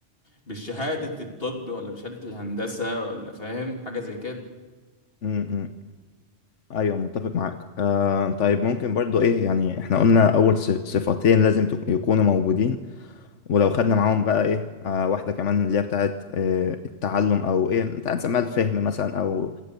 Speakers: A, on the left (about 50°); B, on the left (about 80°).
A: بالشهاده الطب ولا بشهاده الهندسه ولا فاهم حاجه زي كده
B: م- م- م. ايوه متفق معاك آه طيب ممكن برضو ايه يعني احنا قلنا اول ص- صفتين لازم تك- يكونوا موجودين ولو خدنا معاهم بقى ايه آه واحده كمان اللي هي بتاعت آه التعلم او ايه انت هنسميها الفهم مثلا او